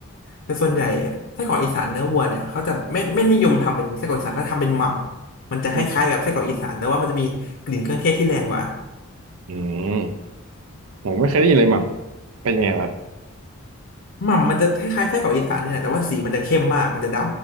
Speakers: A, on the left; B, on the right.
A: แต่ส่วนใหญ่ไส้กรอกอีสานเนื้อวัวเนี่ยเขาจะไม่ไม่นิยมทำเป็นไส้กรอกอีสานเขาทำเป็นหม่ำมันจะคล้ายๆกับไส้กรอกอีสานแต่ว่ามันจะมีกลิ่นเครื่องเทศที่แรงกว่า
B: อืมอืมผมไม่เคยได้ยินเลยมั้งเป็นยังไงครับ
A: หม่ำมันจะคล้ายๆไส้กรอกอีสานเนี่ยแหละแต่ว่าสีมันจะเข้มมากมันจะด